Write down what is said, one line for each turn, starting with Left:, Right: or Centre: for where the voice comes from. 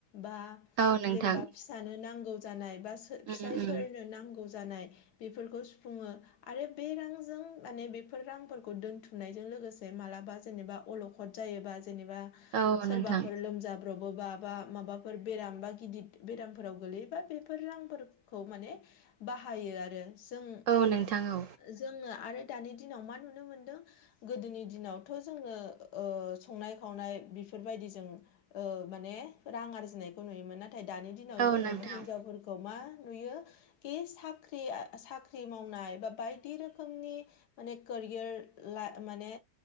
Left: बा
Right: औ नोंथां
Left: जेनेबा फिसानो नांगौ जानाय बा फिसायफोरनो
Right: उम उम
Left: नांगौ जानाय बेफोरखौ सुफुङो। आरो बे रांजों माने बेफोर रांफोरखौ दोनथुमनायजों लोगोसे माला बा जेनेबा अलखद जायोबा जेनेबा
Right: औ
Left: सोरबाफोर
Right: नोंथां
Left: लाब्रबोबा माबा माबाफोर बेराम बा गिदिर बेरामफोराव गोलैयोबा बेफोर रांफोरखौ माने बाहायो आरो जों
Right: औ नोंथां औ
Left: जोङो आरो दानि दिनाव मा नुनो मोनदों गोदोनि दिनाव थ' जोङो संनाय खावनाय बेफोरबायदि जों माने रां आरजिनायखौ नुयोमोन नाथाय दानि दिनाव
Right: औ
Left: जोङो
Right: नोंथां
Left: हिनजावफोरखौ खौ मा नुयो खि साख्रिया साख्रि मावनाय बा बायदि रोखोमनि माने कोरियार ला माने